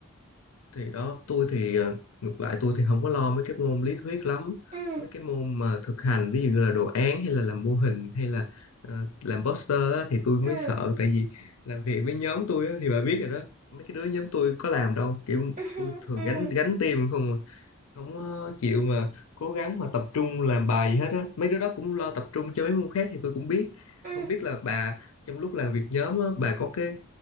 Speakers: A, on the left (about 80°); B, on the right (about 40°).
A: thì đó tôi thì ờ, ngược lại tôi thì không có lo mấy cái môn lý thuyết lắm
B: ừ
A: mấy cái môn mà thực hành ví dụ như là đồ án hay là làm mô hình hay là ờ, làm poster á, thì tôi mới
B: ừ
A: sợ tại vì làm việc với nhóm tôi á, thì bà biết rồi đó mấy cái đứa nhóm tôi có làm đâu kiểu
B: ừ
A: tôi thường
B: ừ
A: gánh gánh team không à. không có chịu mà cố gắng mà tập trung làm bài gì hết á mấy đứa đó cũng lo tập trung cho mấy môn khác thì tôi cũng biết
B: ừ.
A: không biết là bà trong lúc làm việc nhóm á, bà có cái